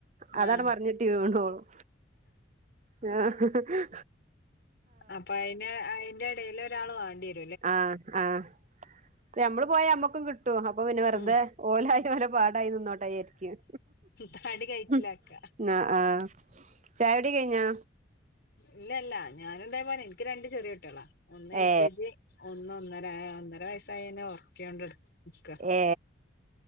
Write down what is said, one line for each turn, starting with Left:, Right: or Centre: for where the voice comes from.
Right: അതാണ്ട്
Left: ആഹ്
Right: മർഞ്ഞെട്ടി വീണോളും ഞാ ഹഹഹ്
Left: അപ്പൊ അയിന് അയിന്റെ എടേല് ഒരാള് വാണ്ട്യെരും
Right: ആഹ് ആഹ്അത് ഞമ്മള് പോയാ ഞമ്മക്കും കി ട്ടും അപ്പൊ പിന്നെ വെറുതെ
Left: ഉം
Right: ഓലായി ഓലെ പാടായി നിന്നോട്ടെ വിചാരിയ്ക്കും
Left: താടി കഴിച്ചിലാക്ക
Right: ഉം ആഹ് ചായുടി കയ്ഞ്ഞാ
Left: ഇല്ലല്ല ഞാനും ഇതേ പോലെ ഇൻക്ക് രണ്ട് ചെറ്യേ കുട്ടേളാ ഒന്ന് എൽ
Right: ഏ
Left: കെ ജി ഒന്ന് ഒന്നര ഒന്നര വയസ്സായെനെ ഓർക്യോണ്ട് നിക്ക
Right: ഏ